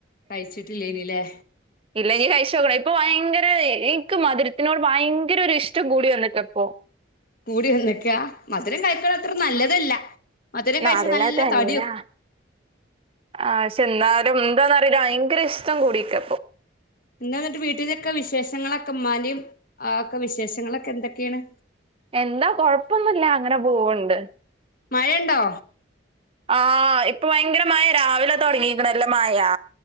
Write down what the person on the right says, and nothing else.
ഇല്ല നീ കഴിച്ചോക്കണ ഇപ്പൊ ഭയങ്കര എനിക്ക് മധുരത്തിനോട് ഭയങ്കര ഒരു ഇഷ്ടം കൂടി വന്നിക്കാ ഇപ്പൊ
നാരങ്ങ
തന്ന
ആവശ്യ ല്ലാ എന്താന്ന് അറിയില്ല ഭയങ്കര ഇഷ്ടം കൂടിയെക്ക പ്പൊ
എന്താ കൊഴപ്പൊന്നുല്ല അങ്ങനെ പോവണ്ട്
ആഹ് ഇപ്പൊ ഭയങ്കര മഴാ രാവിലെ തുടങ്ങിക്കണ എല്ലോ മഴാ